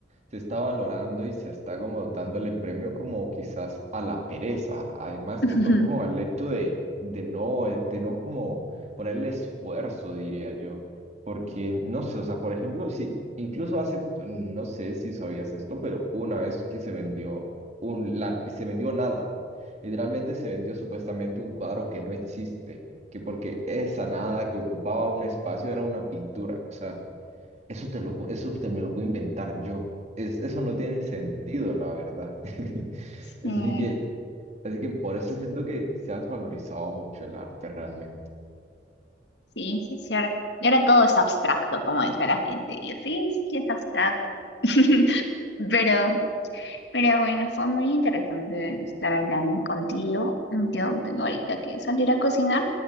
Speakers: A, on the right (about 40°); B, on the left (about 70°).
A: se está valorando y se está como dándole premio como quizás a la pereza, además
B: <laughs>
A: que todo como al hecho de, de no, eh, de no como ponerle esfuerzo, diría yo, porque no sé, o sea, por ejemplo, si incluso hace, no sé si sabías esto, pero una vez que se vendió un, la- se vendió nada, literalmente se vendió supuestamente un cuadro que no existe, que porque esa nada que ocupaba un espacio era una pintura, o sea. Eso te lo, pu- eso te me lo puedo inventar yo. Es, eso no tiene sentido, la verdad. <laughs>
B: Sí,
A: Así que, así que por eso siento que se has valorizado mucho el arte realmente.
B: sí, sí, es cierto. Y ahora todo es abstracto, como dice la gente. Y yo, sí, sí, es abstracto. <laughs> Pero, pero bueno, fue muy interesante estar hablando contigo. Yo tengo ahorita que salir a cocinar